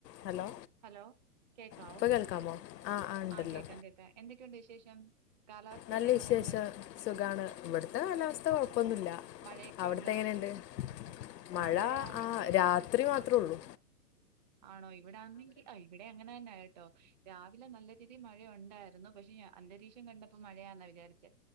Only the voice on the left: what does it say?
hello
ഇപ്പൊ കേൾക്കാമോ ആ ആ ഉണ്ടല്ലോ
നല്ല
വിശേഷം സുഖാണ് ഇവിടുത്തെ കാലാവസ്ഥ കൊഴപ്പൊന്നില്ല
അവിടത്തെ
എങ്ങനെയുണ്ട് മഴ
ആഹ് രാത്രി
മാത്രേ ഉള്ളു